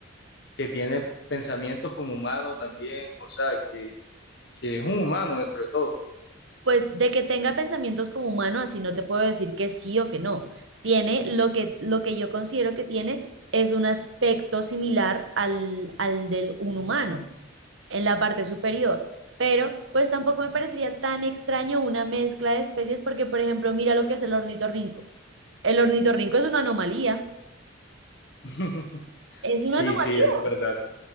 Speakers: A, on the left; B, on the right.
A: que tiene pensamientos como humano también, o sea, que, que es un humano dentro de todo.
B: Pues de que tenga pensamientos como humano, así no te puedo decir que sí o que no. Tiene lo que, lo que yo considero que tiene es un aspecto similar al, al del un humano en la parte superior. Pero pues tampoco me parecería tan extraño una mezcla de especies porque, por ejemplo, mira lo que es el ornitorrinco. El ornitorrinco es una anomalía.
A: <laughs>
B: Es una
A: Sí,
B: anomalía.
A: sí, eso es verdad.